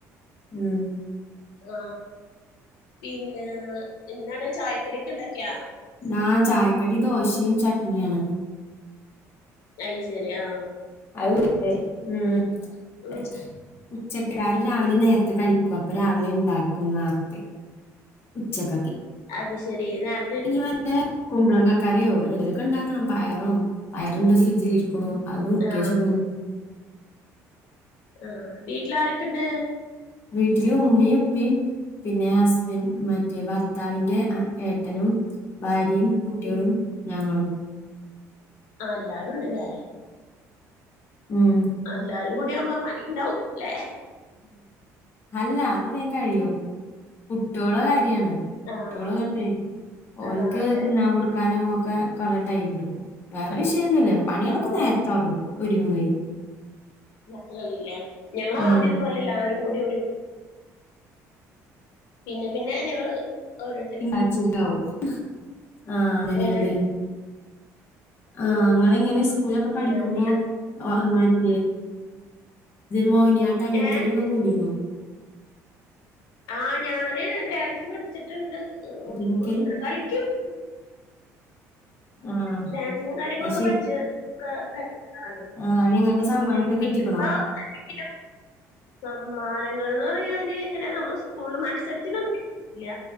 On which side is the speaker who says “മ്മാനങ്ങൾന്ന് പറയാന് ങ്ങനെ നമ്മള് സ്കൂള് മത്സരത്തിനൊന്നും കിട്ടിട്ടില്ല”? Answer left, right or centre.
Left